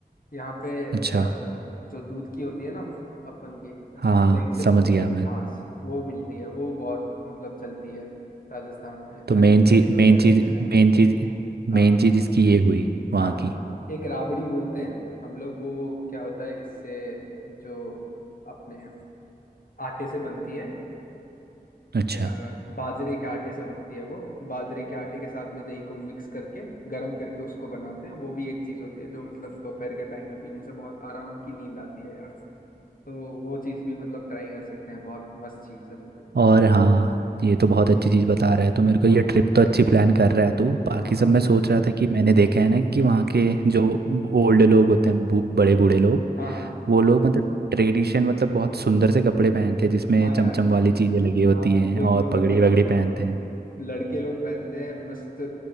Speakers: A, on the left; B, on the right.
A: यहाँ पे अ,
B: अच्छा
A: जो दूध की होती है ना अपन की जो
B: हाँ हाँ
A: दही से
B: समझ
A: बनती
B: गया
A: है
B: मैं
A: छाछ वो मिलती है वो बहुत मतलब चलती है राजस्थान में
B: तो
A: ठंडी
B: मेन चीज़
A: के-
B: मेन
A: गर्मी
B: चीज़
A: के टाइम
B: मेन
A: में
B: चीज़
A: हाँ
B: मेन चीज़ इसकी ये हुई वहाँ
A: हाँ
B: की
A: एक राबड़ी बोलते हैं हम लोग वो क्या होता है इससे जो अपने आटे से बनती है अ,
B: अच्छा
A: मेरा बाजरे के आटे से बनती है वो बाजरे के आटे के साथ में दही को मिक्स करके गर्म करके उसको बनाते हैं वो भी एक चीज होती है जो मतलब दोपहर के टाइम में पीने से बहुत आराम की नींद आती है यार तो वो चीज़ भी मतलब ट्राई कर सकते हैं बहुत मस्त चीज़ है वो भी
B: और हाँ ये तो बहुत अच्छी चीज़ बता रहा है तो मेरे को ये
A: हाँ
B: ट्रिप तो अच्छी प्लान कर रहा है तू बाकी
A: हाँ
B: सब
A: हाँ
B: मैं सोच रहा था कि मैंने देखा है ना कि वहाँ के जो ओल्ड लोग होते हैं बू- बड़े बूढ़े लोग
A: हाँ हाँ हाँ
B: वो लोग मतलब ट्रेडिशन मतलब बहुत सुंदर से कपड़े पहनते हैं जिसमें
A: हाँ
B: चमचम
A: यार
B: वाली चीज़ें लगी होती
A: हाँ
B: हैं
A: देख
B: और
A: मैं बताता
B: पगड़ी वगड़ी
A: हूँ तेरे
B: पहनते
A: को
B: हैं
A: लड़के लोग पहनते हैं मस्त